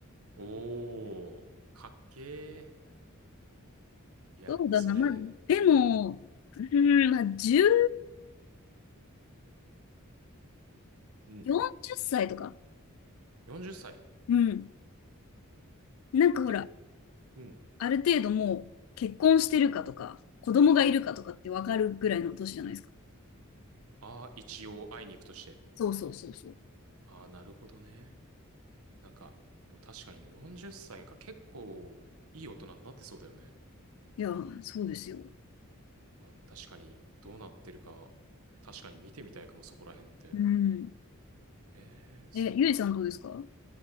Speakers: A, on the right; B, on the left.
A: おー、かっけー。いや、
B: そうだな、
A: でもそれ、
B: まあ、でも、
A: いいな。
B: うーん、まあ、10、
A: うん。
B: 40歳とか。
A: 40歳。
B: うん。なんかほら、
A: けっ、うん。
B: ある程度もう結婚してるかとか、子供がいるかとかって分かるぐらいの年じゃないですか。
A: ああ、一応会いに行くとして。
B: そうそうそうそう。
A: ああ、なるほどね。なんか、でも確かに40歳か結構いい大人になってそうだよね。
B: いやー、そうですよ。
A: あ、確かに、どうなってるか、確かに見てみたいかも、そこら辺って。
B: うん。
A: えー、そっか。
B: え、ゆいさんどうですか